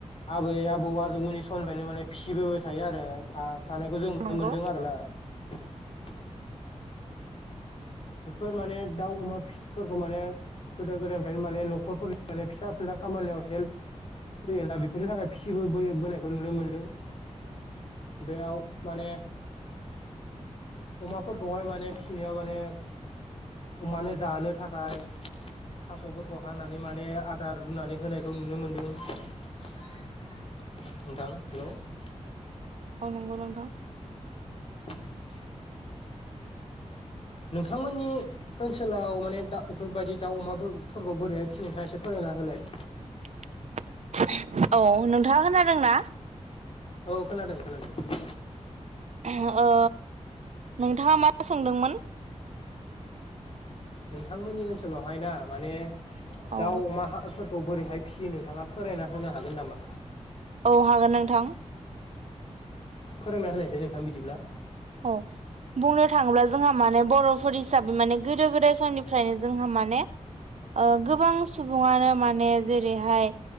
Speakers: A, on the left; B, on the right.
A: आबै आबौ आजौ मोननि समनिफ्रायनो माने फिसिबोबाय थायो आरो था थानायखौ जों नुनो
B: नंगौ
A: मोनदों आरो ना । बेफोर माने दाउ अमा फिफोरखौ माने गोदो गोदायनिफ्रायनो माने न'खरफोरनि माने फिसा फिला खामानियाव हेल्प फैयोना बेफोरनि थाखाय फिसिबो बोनायखौ नुनो मोनदों बेयाव माने अमाफोरखौहाय माने फिनायाव माने अमानो जानो थाखाय थास'फोरखौ हानानै माने आदार रुनानै होनायखौ नुनो मोनदों नोंथां हेल' ।
B: औ नंगौ नोंथां
A: <inaudible> नोंथांमोननि ओनसोलाव माने दा इफोरबायदि दाउ अमा बो फोरखौ बोरैहाय फियो नोंथाङा एसे फोर मायना होलाय
B: <inaudible> औ नोंथाङा खोनादोंना
A: औ खोनादों खोनादों
B: उहम ओ नोंथाङा मा सोंदोंमोन
A: नोंथांमोननि ओनसोलावहाय ना माने दाउ
B: औ
A: अमा हा फोर औ बोरैहाय फियो नोंथाङा फोरायना होनो हागोन नामा
B: औ हागोन नोंथां
A: फोरायना होनायसै नोंथां बिदिब्ला
B: औ बुंनो थाङोब्ला जोंहा माने बरफोर हिसाबै माने गोदो गोदाय समनिफ्रायनो जोंहा माने ओ गोबां सुबुङानो माने जेरैहाय